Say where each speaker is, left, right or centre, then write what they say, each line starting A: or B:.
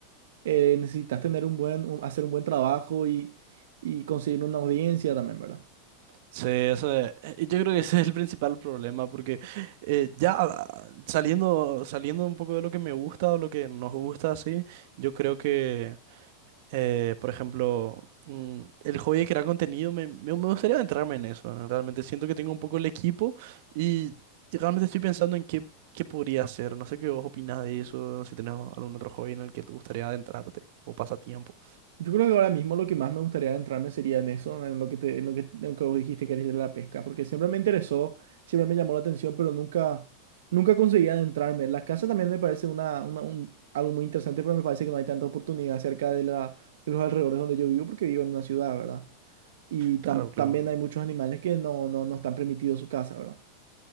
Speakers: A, on the right; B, on the right.
A: eh, necesitas tener un buen, un- hacer un buen trabajo y, y conseguir una audiencia también, ¿verdad?
B: sí, eso es- eh, yo creo que ese es el principal problema, porque eh, ya ah, saliendo, saliendo un poco de lo que me gusta o lo que nos gusta, así, yo creo que... Eh, por ejemplo, mm, el hobby de crear contenido, me, me- me gustaría entrarme en eso. ¿no? Realmente siento que tengo un poco el equipo y, y realmente estoy pensando en qué, qué podría hacer. No sé qué vos opinás de eso, si tenés algún otro hobby en el que te gustaría adentrarte o pasatiempo.
A: Yo creo que ahora mismo lo que más me gustaría adentrarme sería en eso, en lo que te, en lo que, en lo que vos dijiste que eres de la pesca, porque siempre me interesó, siempre me llamó la atención, pero nunca, nunca conseguí adentrarme. La casa también me parece una, una- un- algo muy interesante, pero me parece que no hay tanta oportunidad cerca de la, de los alrededores donde yo vivo, porque vivo en una ciudad, ¿verdad? Y
B: Claro,
A: tam-
B: claro.
A: también hay muchos animales que no, no, no están permitidos su casa, ¿verdad?